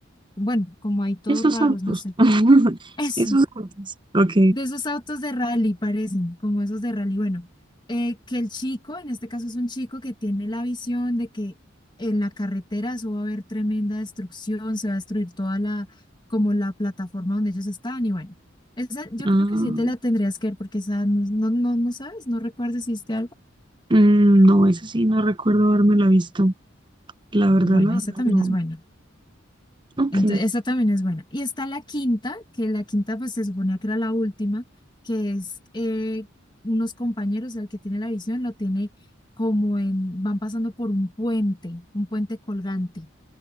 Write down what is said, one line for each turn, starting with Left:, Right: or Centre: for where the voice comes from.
Left: bueno, como hay todos
Right: esos
Left: raros,
Right: autos.
Left: no sé.
Right: <laughs>
Left: Eso.
Right: Esos autos. Ok.
Left: De esos autos de rally parecen, como esos de rally. Bueno, eh, que el chico, en este caso es un chico que tiene la visión de que en la carretera eso va a haber tremenda destrucción, se va a destruir toda la, como la plataforma donde ellos están. Y bueno, esa, yo
Right: Ah,
Left: creo que sí te la tendrías que ver porque esa no, no, no, no sabes, no recuerdas si hiciste algo.
Right: mm, no, eso sí, no recuerdo haberme la visto. La verdad,
Left: Bueno,
Right: la
Left: esa
Right: verdad,
Left: también
Right: no.
Left: es buena.
Right: Ok,
Left: Entonces, esa también es buena. Y está la quinta, que la quinta pues se suponía que era la última, que es eh, unos compañeros, el que tiene la visión lo tiene como en, van pasando por un puente, un puente colgante,